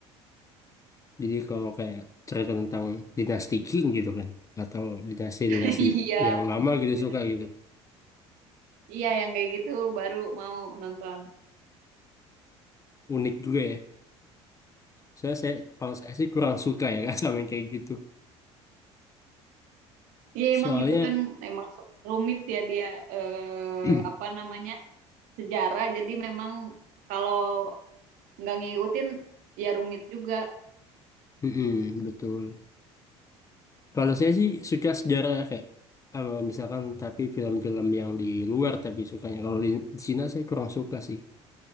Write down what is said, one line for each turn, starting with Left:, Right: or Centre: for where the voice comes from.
Left: Jadi kalau kayak cerita tentang dinasti King gitu kan, atau dinasti-dinasti
Right: <laughs> iya
Left: yang lama gitu
Right: Dinasti-
Left: suka gitu.
Right: Din- iya yang kayak gitu baru mau nonton
Left: Unik juga ya. Soalnya saya, kalau saya sih kurang suka ya kan <laughs> sama yang kayak gitu.
Right: Iya
Left: Soalnya,
Right: emang itu kan emang su- rumit ya dia eh,
Left: <clears throat>
Right: apa namanya sejarah. Jadi memang kalau nggak ngikutin ya rumit juga.
Left: mm-mm, betul. Kalau saya sih suka sejarah kayak, eh, misalkan tapi film-film yang di luar tapi sukanya. Kalau di Cina saya kurang suka sih.